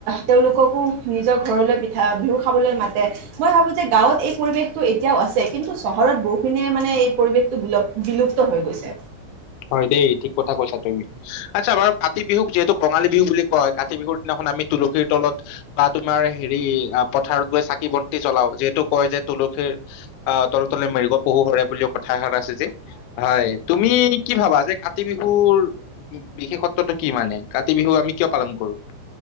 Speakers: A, on the right (about 70°); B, on the left (about 80°).
A: তেওঁলোককো নিজৰ ঘৰলৈ বিহু খাবলৈ মাতে, মই ভাবো যে গাঁৱত এই পৰিৱেশ তো এতিয়াও আছে, কিন্তু চহৰত বহুখিনিয়ে মানে এই পৰিৱেশটো বিল বিলুপ্ত হৈ গৈছে।
B: হয় দেই ঠিক কথা কৈছা তুমি, আচ্ছা বাৰু কাতি বিহুক যিহেতু কঙালী বিহু বুলি কয়, কাতি বিহুৰ দিনাখন আমি তুলসীৰ তলত বা তোমাৰ হেৰি পথাৰত গৈ চাকি বন্তি জলাও, যিহেতু কয় যে তুলসীৰ তলত তলে মৃগ পহু হৰে বুলি কথা এষাৰ আছে যে, হয়, তুমি কি ভাবা যে কাতি বিহুৰ উ বিশেষত্বটো কি মানে, কাতি বিহু আমি কিয় পালন কৰো?